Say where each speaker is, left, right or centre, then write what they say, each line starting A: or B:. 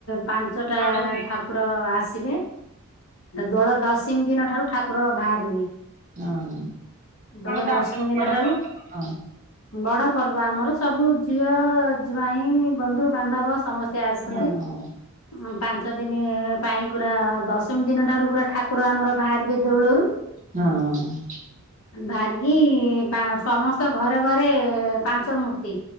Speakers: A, on the left (about 75°); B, on the right (about 35°).
A: ପାଞ୍ଚଟା ଠା
B: କଣ ହୁଏ
A: ଠାକୁର ଆସିବେ ଦୋଳ ଦଶମୀ ଦିନ ଠାରୁ ଠାକୁର ବାହାରିବେ।
B: ହଁ।
A: ଦୋଳ
B: ଟା
A: ଦଶମୀ
B: ଆମର
A: ଦିନ
B: ବଡ
A: ଠାରୁ
B: ପର୍ବ ହଁ।
A: ବଡ ପର୍ବ। ଆମର ସବୁ ଝିଅ ଜ୍ୱାଇଁ, ବନ୍ଧୁ ବାନ୍ଧବ ସମସ୍ତେ ଆସନ୍ତି।
B: ହଁ।
A: ପାଞ୍ଚ ଦିନି ପାଇଁ ପୁରା ଦଶମି ଦିନ ଠାରୁ ପୁରା ଠାକୁର ଆମର ବାହାରିବେ ଦେଉଳରୁ।
B: ହଁ।
A: ବାହାରିକି ପା ସମସ୍ତ ଘରେ ଘରେ ପା ପାଞ୍ଚମୂର୍ତ୍ତି,